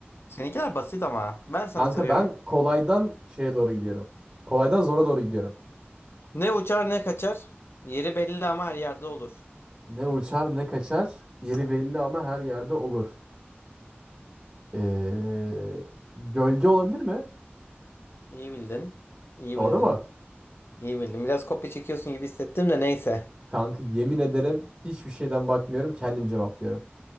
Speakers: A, on the left; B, on the right.
A: Seninkiler basit ama. Ben sana
B: Kanka
A: soruyorum.
B: ben kolaydan şeye doğru gidiyorum. Kolaydan zora doğru gidiyorum.
A: Ne uçar ne kaçar. Yeri belli ama her yerde olur.
B: Ne uçar ne kaçar. Yeri belli ama her yerde olur. Ee, gölge olabilir mi?
A: İyi bildin. İyi
B: Doğru
A: bildin.
B: mu?
A: İyi bildin. Biraz kopya çekiyorsun gibi hissettim de neyse.
B: Kanka yemin ederim hiçbir şeyden bakmıyorum. Kendim cevaplıyorum.